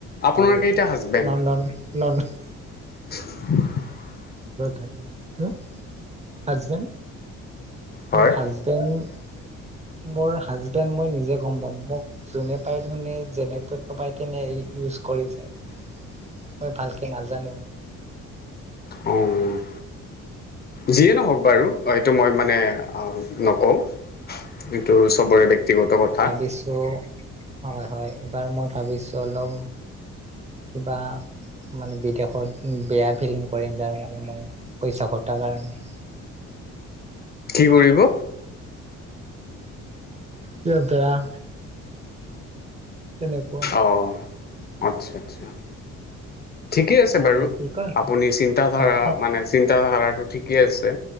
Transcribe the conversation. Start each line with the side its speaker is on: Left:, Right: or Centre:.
Left: আপোনাৰ
Right: হল
Left: কেইটা হাজবেণ্ড
Right: লণ্ডন লণ্ডন
Left: <unintelligible>
Right: থাকে ন হাজবেন।
Left: হয়
Right: মোৰ হাজবেণ্ড মোৰ হাজবেণ্ড মই নিজে গম পাম মোক যোনে পায় ধোনে যেনেক পায় তেনে ইউজ কৰি যায়। মই ভালকে নাজানো।
Left: অ' যিয়ে নহওক বাৰু এইটো মই মানে অ নকওঁ। এইটো চবৰে ব্যক্তিগত কথা।
Right: পিছে হয় হয় এইবাৰ মই ভাবিছো অলপ কিবা মানে বিদেশত বেয়া ফিলিং কৰিম তাৰ মানে মই পইচা ঘটাৰ কাৰণে।
Left: কি কৰিব?
Right: <unintelligible> তেনেকুৱা।
Left: অ আচ্ছা আচ্ছা। ঠিকে আছে
Right: মানে
Left: বাৰু
Right: কি কয়
Left: আপুনি চিন্তাধাৰা
Right: হয়
Left: মানে চিন্তাধাৰাটো ঠিকে আছে,